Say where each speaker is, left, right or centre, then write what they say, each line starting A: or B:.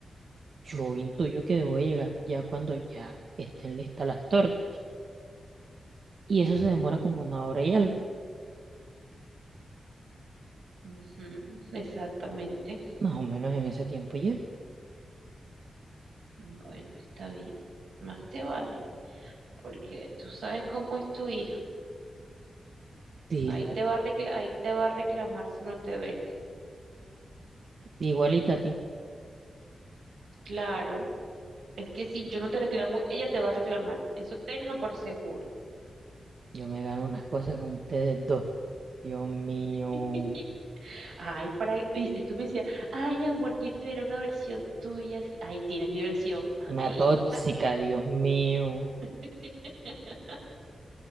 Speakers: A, on the right (about 55°); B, on the right (about 85°).
A: yo intuyo que debo de llegar ya cuando ya estén listas las tortas. Y eso se demora como una hora y algo.
B: Ujú, exactamente.
A: Más o menos en ese tiempo llego.
B: Bueno, está bien. Más te vale, porque tú sabes cómo es tu hija.
A: Dile,
B: Ahí te va a recla- ahí te va a reclamar si no te ve.
A: igualita a ti,
B: Claro. Es que si yo no te reclamo, ella te va a reclamar. Eso tenlo por seguro.
A: yo me gano unas cosas con ustedes dos. Dios mío.
B: <laughs> Ay, para, viste tú me decías, ay, amor, quiero tener una versión tuya. así". Ahí tienes mi versión. <laughs>
A: Una
B: Ahí
A: tóxica,
B: está.
A: Dios mío.
B: <laughs>